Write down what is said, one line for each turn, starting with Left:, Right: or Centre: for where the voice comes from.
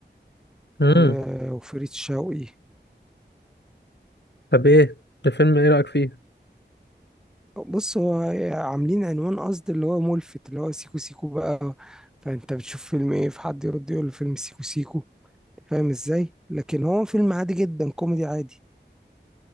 Centre: و-
Left: امم
Centre: وفريد شوقي
Left: طب ايه الفيلم ايه رايك فيه
Centre: بص هو عاملين عنوان قصد اللي هو ملفت اللي هو سيكو سيكو بقى فانت بتشوف فيلم ايه فحد يرد يقول فيلم سيكو سيكو فاهم ازاي لكن هو فيلم عادي جدا كوميدي عادي